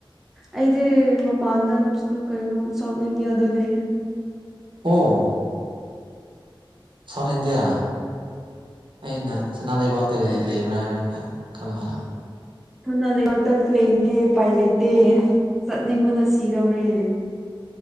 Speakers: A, in the centre; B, on the right (about 60°).
A: ꯑꯩꯗꯤ ꯃꯄꯥꯟꯗ ꯀꯩꯅꯣ ꯁꯥꯎꯠ ꯏꯟꯗꯤꯌꯥꯗ ꯂꯩꯌꯦ
B: ꯑꯣ ꯁꯥꯎꯠ ꯏꯟꯗꯤꯌꯥ ꯑꯩꯅ ꯁꯅꯥ ꯂꯩꯕꯥꯛꯇꯗ ꯂꯩꯕ꯭ꯔꯥ ꯍꯥꯏꯅ ꯈꯜꯂꯒ
A: ꯊꯥꯅ ꯂꯩꯕꯥꯛꯇ ꯂꯩꯅꯤꯑꯦ ꯎꯄꯥꯏ ꯂꯩꯇꯦ ꯆꯠꯅꯤꯡꯕꯅ ꯁꯤꯗꯧꯔꯦ <unintelligible>